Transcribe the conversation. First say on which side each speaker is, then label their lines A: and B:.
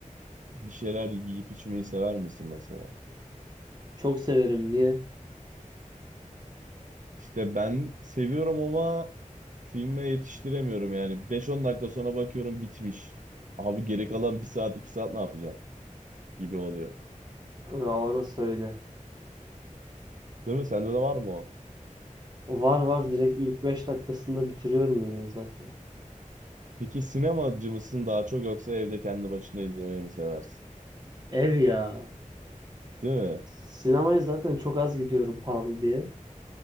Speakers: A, on the right (about 70°); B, on the right (about 30°).
A: bir şeyler yiyip içmeyi sever misin mesela?
B: çok severim. Niye?
A: İşte ben seviyorum ama filme yetiştiremiyorum yani. beş on dakika sonra bakıyorum bitmiş. Abi geri kalan bir saat 2 saat ne yapacağım gibi oluyor.
B: Ya orası öyle.
A: Değil mi? Sende de var mı o?
B: Var var direkt ilk 5 dakikasında bitiriyorum yemeği zaten.
A: Peki sinemacı mısın daha çok yoksa evde kendi başına izlemeyi mi seversin?
B: Ev ya.
A: Değil mi?
B: Sinemaya zaten çok az gidiyorum pahalı diye.